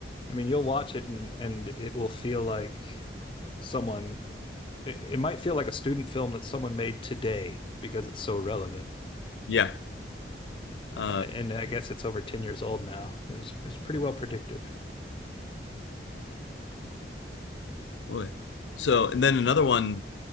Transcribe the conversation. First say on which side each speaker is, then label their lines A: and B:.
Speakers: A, on the left; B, on the left.
A: I mean, you'll watch it and and it will feel like someone. It, it might feel like a student film that someone made today because it's so relevant.
B: yeah.
A: Uh,
B: Uh,
A: and I guess it's over 10 years old now. It was it was pretty well predictive.
B: boy. so and then another one